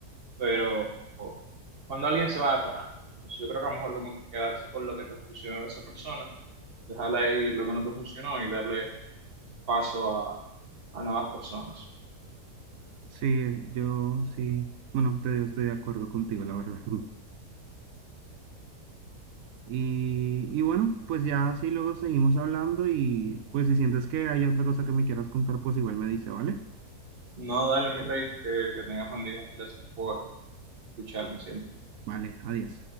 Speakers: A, on the right; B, on the right.
A: pero cuando alguien se va por algo, pues yo creo que a lo mejor como que quedarse con lo que te funcionó de esa persona, dejarla ir lo que no te funcionó y darle paso a, a nuevas personas.
B: Sí, yo sí, bueno, te digo, estoy de acuerdo contigo, la verdad. <laughs> Y, y bueno, pues ya así luego seguimos hablando y pues si sientes que hay otra cosa que me quieras contar, pues igual me dice, ¿vale?
A: No, dale, mi rey, que, que tengas buen día. Gracias por escucharme siempre.
B: Vale, adiós.